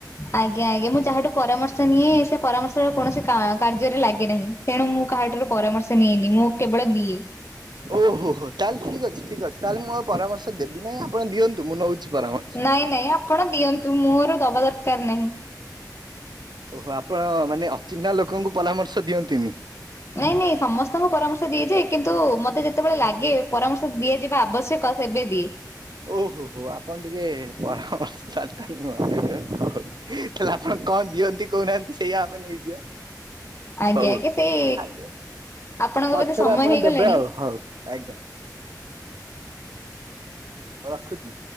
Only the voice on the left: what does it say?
ଆଜ୍ଞା ଆଜ୍ଞା ମୁଁ ଯାହାଠୁ ପରାମର୍ଶ ନିଏ ସେ ପରାମର୍ଶର କୌଣସି କାର୍ଯ୍ୟରେ ଲାଗେ ନାହିଁ। ତେଣୁ ମୁଁ କାହାଠାରୁ ପରାମର୍ଶ ନେଇନି ମୁଁ କେବଳ ଦି
ନାଇଁ ନାଇଁ ଆପଣ ଦିଅନ୍ତୁ ମୋର ଦବା ଦରକାର ନାହିଁ।
ନାଇଁ ନାଇଁ ସମସ୍ତଙ୍କୁ ପରାମର୍ଶ ଦିଆଯାଏ କିନ୍ତୁ ମତେ ଯେତେବେଳେ ଲାଗେ ପରାମର୍ଶ ଦିଆଯିବା ଆବଶ୍ୟ କ ସେବେ ଦିଏ।
ଆଜ୍ଞା
ଆଜ୍ଞା ସେଇ
ଆପଣଙ୍କ
ବୋଧେ ସମୟ
ହେଇଗଲାଣି।